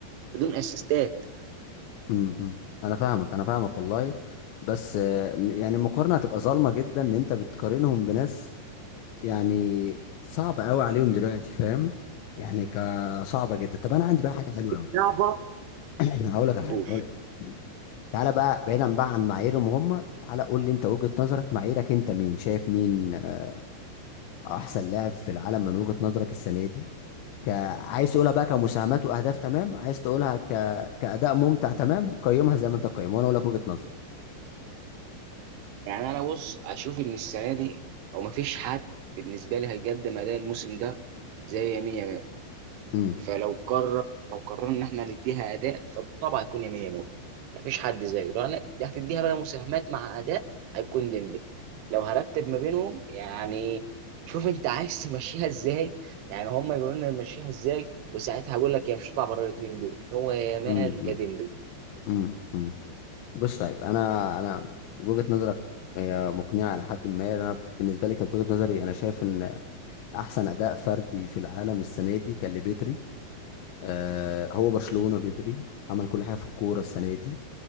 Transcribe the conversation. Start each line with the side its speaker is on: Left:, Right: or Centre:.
Right: بدون اسيستات
Left: امم أمم. انا فاهمك انا فاهمك والله بس آه، م- يعني المقارنه هتبقى ظالمه جدا ان انت بتقارنهم بناس يعني صعب قوي عليهم دلوقتي فاهم يعني كصعبه جدا طب انا عندي بقى حاجه حلوه قوي
Right: صعبه
Left: <clears throat> هقول لك على حاجه
Right: جول
Left: هقول لك تعالى بقى بعيدا بقى عن معاييرهم هم تعالى قول لي انت وجهه نظرك معاييرك انت مين شايف مين آه، احسن لاعب في العالم من وجهه نظرك السنه دي ك... عايز تقولها بقى كمساهمات واهداف تمام عايز تقولها ك... كاداء ممتع تمام قيمها زي ما انت قيمها وانا اقول لك وجهه نظري
Right: يعني انا بص اشوف ان السنه دي او مفيش حد بالنسبه لي هيقدم اداء الموسم ده زي يمين يامال
Left: امم
Right: فلو قرر لو قررنا ان احنا نديها اداء فبالطبع هيكون يمين يمين مفيش حد زيه لو أنا- دي هتديها بقى مساهمات مع اداء هيكون ديمبلي لو هرتب ما بينهم يعني شوف انت عايز تمشيها ازاي يعني هم يقولوا لنا نمشيها ازاي وساعتها هقول لك يا مش هتطلع بره الاثنين دول هو يا مال
Left: امم
Right: يا ديمبلي
Left: امم امم. بص طيب انا انا وجهة نظرك هي مقنعة على حد ما انا بالنسبة لي كانت وجهة نظري انا شايف ان احسن اداء فردي في العالم السنة دي كان لبدري آه هو برشلونة بدري عمل كل حاجة في الكورة السنة دي